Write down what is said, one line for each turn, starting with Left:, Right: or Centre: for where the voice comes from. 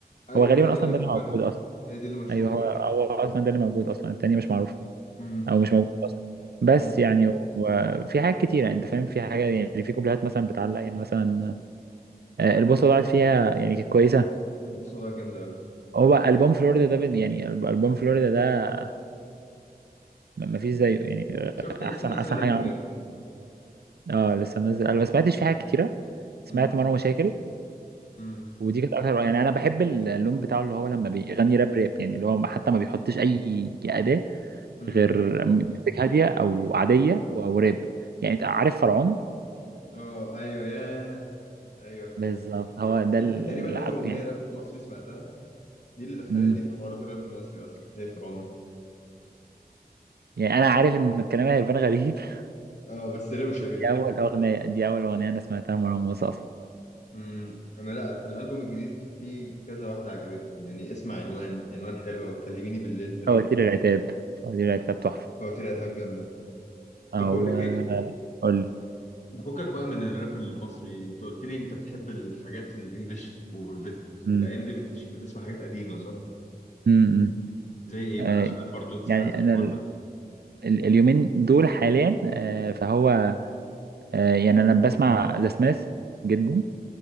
Left: ايوه
Right: هو غالبا
Left: ما هي دي
Right: اصلا
Left: اللي بحبها
Right: ده اللي موجود اصلا
Left: هي دي اللي مشهوره
Right: ايوه هو
Left: اكتر
Right: هو اصلا ده اللي موجود اصلا التاني مش معروف
Left: امم
Right: او مش موجود اصلا بس
Left: امم
Right: يعني وفي حاجات كتيره انت فاهم في حاجه يعني في كوبليهات مثلا بتعلق يعني مثلا آه، البوصه ضاعت فيها يعني كانت كويسه
Left: البوصله ده جامده قوي
Right: هو ألبوم فلوريدا ده بن- يعني ألب- ألبوم فلوريدا ده م- مفيش زيه يعني
Left: شفت لسه
Right: أحسن
Left: منزل
Right: أحسن
Left: البوم
Right: حاجة عمل.
Left: يا ابني
Right: اه لسه منزل أنا ما سمعتش فيه حاجات كتيرة سمعت
Left: امم
Right: مرة مشاكل
Left: امم
Right: ودي كانت أكتر يعني أنا بحب ال- اللون بتاعه اللي هو لما بيغني راب راب يعني اللي هو حتى ما بيحطش أي أداة
Left: امم
Right: غير ميوزك هادية أو عادية و- وراب يعني أنت عارف فرعون
Left: اه ايوه يا ايوه فاكرها
Right: بالظبط هو ده
Left: ده
Right: العق-
Left: دي تقريبا اول اغنيه
Right: يعني
Left: راب مصري سمعتها دي اللي دخلتني
Right: مم.
Left: في حوارات الراب المصري اصلا هي فرعون
Right: يعني أنا عارف إن الكلام هيبان غريب <laughs>
Left: اه بس روشه جدا
Right: دي أول أغنية دي أول أغنية أنا سمعتها لمروان موسى أصلا
Left: امم انا لا في الالبوم الجديد في كذا واحده عجبتني يعني اسمع عنوان عنوان حلوه وكلميني بالليل حلوه
Right: فواتير العتاب فواتير العتاب تحفة
Left: فهو لي هتبقى جامدة
Right: او
Left: طب بقول لك
Right: آه،
Left: ايه
Right: قول لي
Left: فكك بقى من الراب المصري انت قلت لي انت بتحب الحاجات الانجليش وبت...
Right: امم
Left: الايام دي بت... بتسمع حاجات قديمة صح
Right: امم إمم.
Left: زي ايه
Right: آه،
Left: بقى عشان انا برضه اتسحلت
Right: يعني
Left: في
Right: انا
Left: الحوار
Right: ال-
Left: ده
Right: ال- اليومين دول حاليا آه، فهو آه، يعني انا بسمع ذا سميث جدا